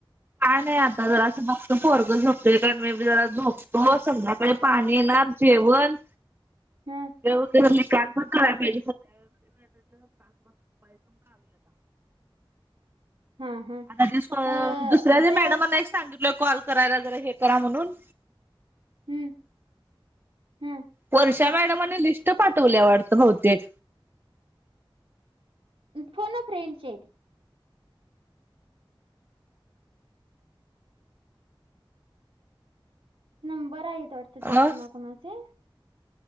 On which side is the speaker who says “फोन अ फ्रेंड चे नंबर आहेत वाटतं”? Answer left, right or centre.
Right